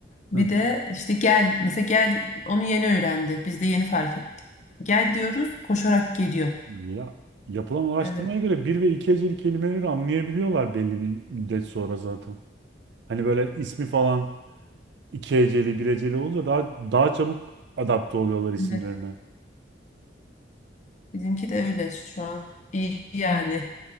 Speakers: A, on the left (about 40°); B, on the right (about 65°).
A: Bir
B: Hı hı.
A: de işte gel, mesela gel onu yeni öğrendi. Biz de yeni fark ettik. Gel diyoruz, koşarak geliyor.
B: Ya yapılan araştırmaya
A: Evet,
B: göre bir ve iki heceli kelimeleri anlayabiliyorlar belli bir müddet sonra zaten. Hani böyle ismi falan iki heceli, bir heceli olunca daha daha çabuk adapte oluyorlar isimlerine.
A: evet. Bizimki de öyle şu an. İyi yani.